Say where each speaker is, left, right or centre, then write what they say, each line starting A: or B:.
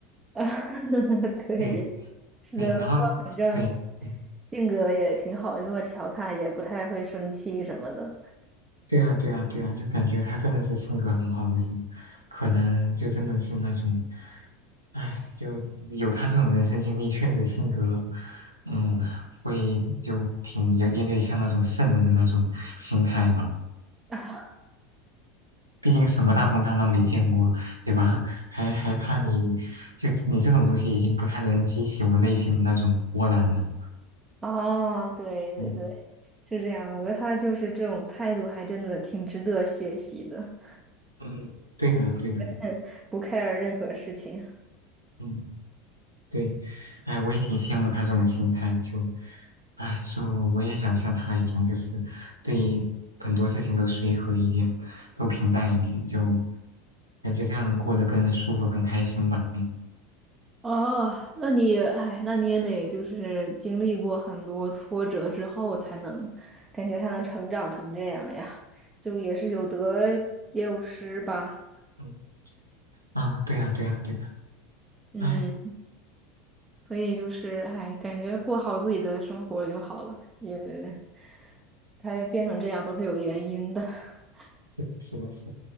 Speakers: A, on the right; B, on the right.
A: <laughs> 啊对，
B: 对
A: 是的，
B: 对，然后
A: 不过反正
B: 对嗯
A: 性格也挺好，就那么调侃，也不太会生气什么的。
B: 对啊对啊对啊，就感觉他真的是性格很好的人，可能就真的是那种。唉，就有他这种人生经历，确实性格，嗯，会就挺有点点像那种圣人的那种心态吧。
A: <laughs>
B: 毕竟什么大风大浪没见过，对吧？还还怕你，就你这种东西已经不太能激起我内心的那种波澜了。
A: 啊，对对对。
B: 嗯
A: 是这样的，我觉得他就是这种态度，还真的挺值得学习的。
B: 嗯，对的对的，
A: 嗯不 care 任何事情。
B: 嗯。对，哎，我也挺羡慕他这种心态，就，哎，说我也想像他一样，就是对很多事情都随和一点，都平淡一点，就感觉这样能过得更舒服、更开心吧。嗯
A: 哦，那你，哎，那你也得就是经历过很多挫折之后，才能感觉他能成长成这样呀，就也是有得也有失吧。
B: 嗯啊，对呀，对呀，对呀，
A: 嗯，
B: 哎，
A: 所以就是，哎，感觉过好自己的生活就好了，也，他变成这样都是有原因的。<laughs>
B: 是是的是的，